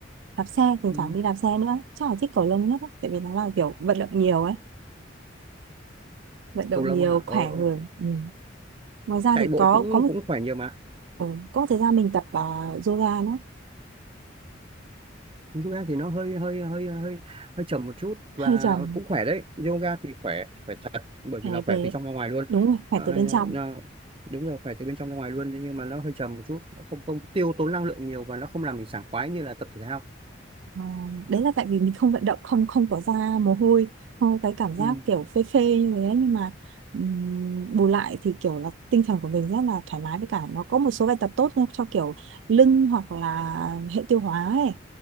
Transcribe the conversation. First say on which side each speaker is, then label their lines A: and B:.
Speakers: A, on the right (about 80°); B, on the right (about 30°).
A: đạp xe thỉnh
B: Ừ.
A: thoảng đi đạp xe nữa chắc là thích cầu lông nhất á, tại vì nó là kiểu vận động nhiều ấy vận động
B: cầu lông
A: nhiều
B: hả
A: khỏe
B: ờ ờ.
A: người ừ. ngoài ra
B: chạy
A: thì
B: bộ
A: có
B: cũng
A: có một
B: cũng khỏe nhiều mà
A: ừ, có một thời gian mình tập à, yoga nữa
B: yoga thì nó hơi hơi hơi hơi hơi chậm một chút và
A: hơi trầm
B: cũng khỏe đấy yoga thì khỏe khỏe thật bởi vì
A: khỏe
B: là khỏe
A: về
B: từ trong ra ngoài luôn
A: đúng rồi khỏe
B: Ờ,
A: từ bên trong
B: nó- đúng rồi khỏe từ bên trong ra ngoài luôn thế nhưng mà nó hơi chậm một chút nó không không tiêu tốn năng lượng nhiều và nó không làm mình sảng khoái như là tập thể thao
A: Ờ, đấy là tại vì mình không vận động không không có ra mồ hôi không có cái cảm giác
B: ừ,
A: kiểu phê phê như thế nhưng mà ừm, bù lại thì kiểu là tinh thần của mình rất là thoải mái với cả nó có một số bài tập tốt nữa cho kiểu lưng hoặc là hệ tiêu hóa ấy